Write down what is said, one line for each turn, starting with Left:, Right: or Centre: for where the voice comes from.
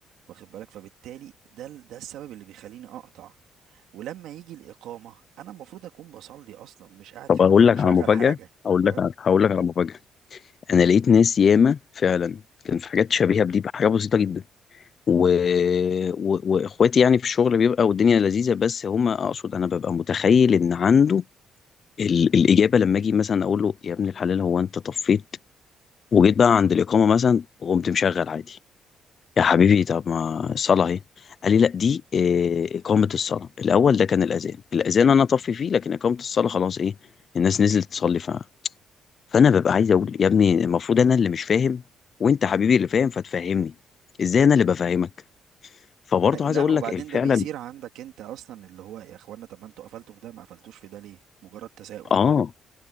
Right: واخد بالك فبالتالي ده ال- ده السبب اللي بيخليني اقطع ولما يجي الاقامه انا المفروض اكون بصلي اصلا مش قاعد
Left: طب
Right: في
Left: اقول
Right: مكان
Left: لك
Right: مشغل
Left: على مفاجاه
Right: حاجه
Left: اقول
Right: فاهم
Left: لك على... هقول لك على مفاجاه انا لقيت ناس ياما فعلا كان في حاجات شبيهه بدي بحاجه بسيطه جدا و... و... واخواتي يعني في الشغل بيبقى والدنيا لذيذه بس هما اقصد انا ببقى متخيل ان عنده ال... الاجابه لما اجي مثلا اقول له يا ابن الحلال هو انت طفيت وجيت بقى عند الاقامه مثلا وقمت مشغل عادي يا حبيبي طب ما الصلاة اهي قال لي لا دي آه، إقامة الصلاة الأول ده كان الأذان الأذان أنا طفي فيه لكن إقامة الصلاة خلاص إيه الناس نزلت تصلي ف... فأنا ببقى عايز أقول
Right: مم.
Left: يا ابني المفروض أنا اللي مش فاهم وأنت حبيبي اللي فاهم فتفهمني إزاي أنا اللي بفهمك فبرضه
Right: أي-
Left: عايز
Right: لا
Left: أقول
Right: وبعدين
Left: لك فعلا
Right: ده بيصير عندك انت اصلا اللي هو يا اخوانا طب ما انتوا قفلتوا في ده ما قفلتوش في ده ليه مجرد تساؤل
Left: آه
Right: فاهم